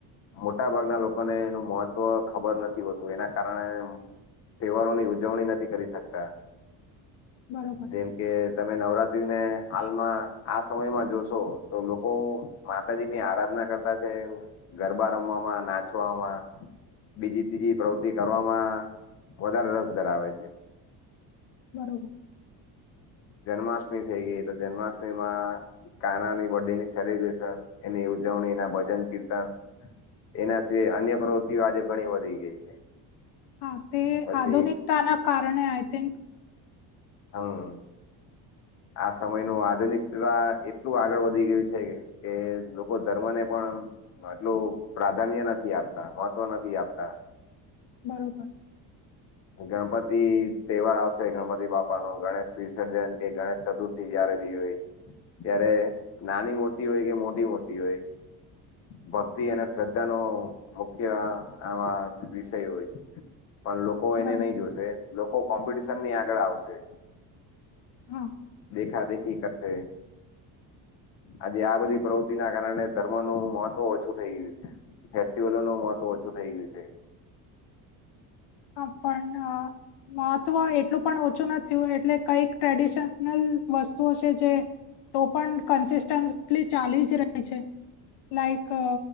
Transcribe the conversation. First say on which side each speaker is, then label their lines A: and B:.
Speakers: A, on the left; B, on the left.
A: મોટાભાગનાં લોકોને એનું મહત્વ ખબર નથી હોતું એના કારણે તહેવારોની ઉજવણી નથી કરી શકતાં
B: બરોબર
A: જેમ કે તમે નવરાત્રીને હાલમાં આ સમયમાં જોશો તો લોકો માતાજીની આરાધના કરતાં છે ગરબા રમવામાં, નાચવામાં બીજી ત્રીજી પ્રવૃતિ કરવામાં વધારે રસ ધરાવે છે.
B: બરોબર.
A: જન્માષ્ટમી થઈ ગઈ તો જન્માષ્ટમીમા કાનાની બર્થ ડે ની સેલિબ્રેશન એની ઉજવણી એના ભજન કીર્તન એના સિવાય અન્ય પ્રવૃત્તિઓ આજે ઘણી વધી ગઈ છે.
B: હા તે
A: પછી
B: આધુનિકતાના કારણે આય થિંક
A: હા આ સમય નો આધુનિક એવા એટલું આગળ વધી ગયું છે કે લોકો ધર્મ ને પણ એટલું પ્રાધાન્ય નથી આપતા, મહત્વ નથી આપતા.
B: બરોબર.
A: ગણપતિ તહેવાર આવશે, ગણપતિ બાપા નો ગણેશ વિસર્જન કે ગણેશ ચતુર્થી. જ્યારે જોયે ત્યારે નાની મૂતિ હોય કે મોટી મૂતિ હોય ભક્તિ અને શ્રદ્ધા નો મુખ્ય આ વિષય પણ લોકો
B: બરોબર.
A: એને નય જોશે લોકો કોમ્પિટિશનની આગળ આવશે.
B: હા,
A: દેખા દેખી કરશે આજે આ બધી
B: હા,
A: પ્રવૃતિ ના કારણે- - ધર્મ નું મહત્વ ઓછું થઇ ગયું છે ફેસ્ટિવલો નુ મહત્વ ઓછું થઇ ગયું છે.
B: હા પણ અ મહત્વ એટલું પણ ઓછું નથ થયું એટલે કઈક ટ્રેડિશનલ વસ્તુઓ છે જે- - તો પણ કન્સિસ્ટન્સલી ચાલી જ રહી છે લાઈક-